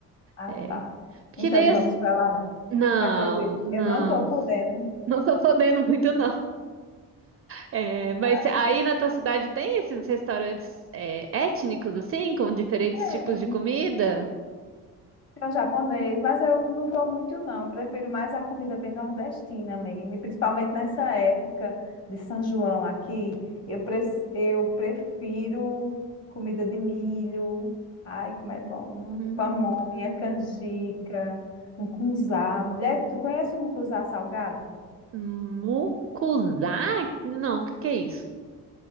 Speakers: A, on the left; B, on the right.
A: Ah,
B: É.
A: tá.
B: Porque
A: Então
B: daí.
A: não
B: as-
A: vamos para lá, não.
B: Não,
A: Porque a gente,
B: não.
A: eu não estou podendo.
B: Não tô podendo muito, não. É, mas
A: Ah,
B: aí na tua cidade tem esses restaurantes é, étnicos, assim, com diferentes
A: é,
B: tipos
A: tem
B: de comida?
A: um japonês, mas eu não vou muito, não. Eu prefiro mais a comida bem nordestina mesmo, e principalmente nessa época de São João aqui. Eu, pre eu prefiro comida de milho. Ai, como é bom!
B: Hum,
A: Pamonha, canjica, mucunzá. Mulher, tu conhece o mucunzá salgado?
B: mucuzá? Não, o que que é isso?